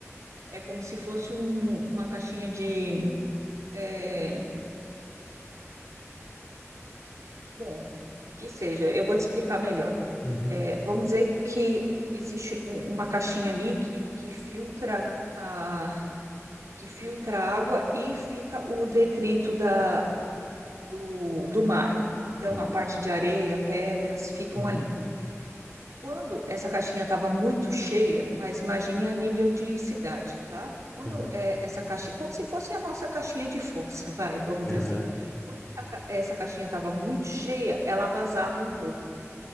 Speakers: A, on the right; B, on the left.
A: É como se fosse um- uma caixinha de, é, bom, que seja, eu vou te explicar melhor.
B: Uhum,
A: É, vamos dizer que existe um- uma caixinha ali que, que filtra a, que filtra a água e fica o detrito da, do, do mar. Então,
B: Sim.
A: a parte de areia, pedras ficam
B: uhum,
A: ali. Quando essa caixinha estava muito cheia, mas imagine a nível de cidade, tá? Quando
B: uhum.
A: é, essa caixinha, como se fosse a nossa caixinha de força, <laughs> vai, vamos
B: <laughs>
A: dizer assim. Quando essa ca- essa caixinha estava muito cheia, ela vazava um pouco